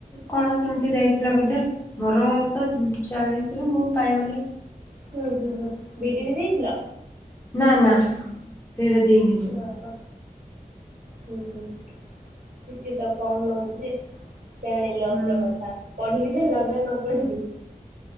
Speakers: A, on the left; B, on the right.
A: କଣ ସେମିତି ଯାଇଥିଲା ବୋଧେ ମୋର ତ ଚାଳିଶ ଥିଲା ମୁଁ ପାଇଗଲି।
B: ହୁଁ ହୁଁ ହୁଁ ବିଡ଼ି ବି ଦେଇଥିଲା।
A: ନା ନା ସେଇଟା ଦେଇନି।
B: ଓହୋ। ହୁଁ ହୁଁ ସିଟି ତ କମ ନହୁଉଛି ଯେ ଆଣିଲ
A: ହୁଁ
B: ପର କଥା ପଢିକି। ଦେଲ ଲ ପଢିକି।